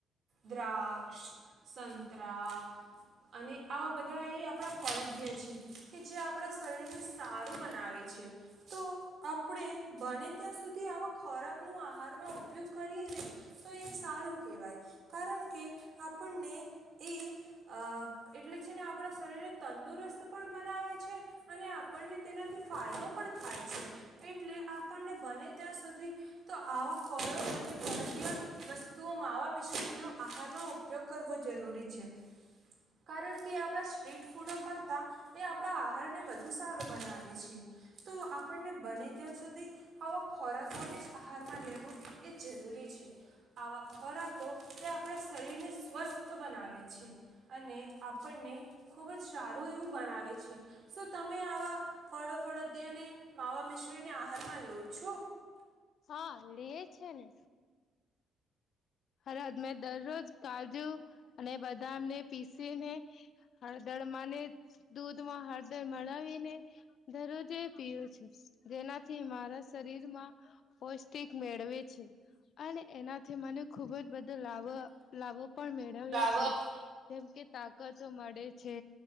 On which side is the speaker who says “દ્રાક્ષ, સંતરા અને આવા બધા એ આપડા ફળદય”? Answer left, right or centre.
Right